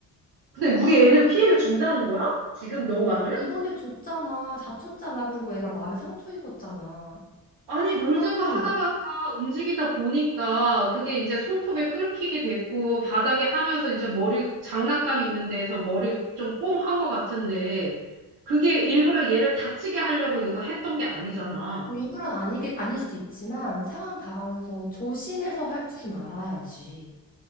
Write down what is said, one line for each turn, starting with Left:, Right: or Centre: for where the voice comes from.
Right: 근데 우리 애는 피해를 준다는 거야? 지금 너 말은?
Left: 이번에 줬잖아, 다쳤잖아, 그리고 애가 마음에 상처 입었잖아.
Right: 아니, 놀자고
Left: 그럼 좀
Right: 하다가 움직이다 보니까 그게 이제 손톱에 끓기게 됐고, 바닥에 하면서 이제 머리, 장난감 있는 데에서 머리 좀 꽁 한 것 같은데, 그게 일부러 얘를 다치게 하려고 이거 했던 게 아니잖아.
Left: 일부러는 아니게, 아닐 수 있지만 상황 봐가면서 조심해서 할 줄은 알아야지.